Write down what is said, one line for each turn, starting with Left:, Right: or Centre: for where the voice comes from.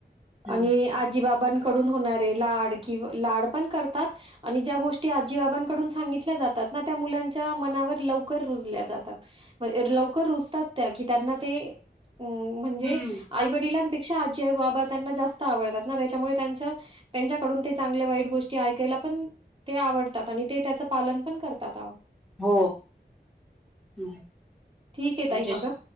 Centre: हम्म
Right: आणि आजीबाबांकडून होणारे लाड किंवा लाड पण करतात. आणि ज्या गोष्टी आजी आबांकडून सांगितल्या जातात ना त्या मुलांच्या मनावर लवकर रुजल्या जातात. लवकर रुजतात त्या की त्यांना ते अ म्हणजे.
Centre: हम्म.
Right: आई वडिलांपेक्षा आजी बाबा त्यांना जास्त आवडतात त्याच्यामुळे त्यांच त्यांच्याकडून ते चांगल्या वाईट गोष्टी ऐकायला पण, ते आवडतात आणि ते त्याचं पालन पण करतात अहो.
Centre: हो हम्म
Right: ठीक आहे
Centre: तुच्या
Right: ताई मग